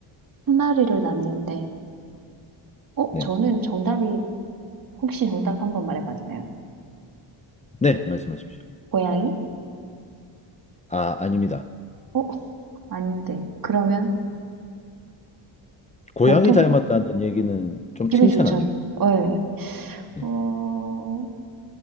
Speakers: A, on the right; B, on the left.
A: 한 마리를 낳는데, 어,
B: 네,
A: 저는 정답이, 혹시 정답 한번 말해봐도 되나요?
B: 네, 말씀하십시오.
A: 고양이?
B: 아, 아닙니다.
A: 어, 아닌데. 그러면
B: 고양이
A: 보통
B: 닮았다는 얘기는 좀
A: 기분이
B: 칭찬
A: 좋잖아요.
B: 아닌가요?
A: 네.
B: 네.
A: 어,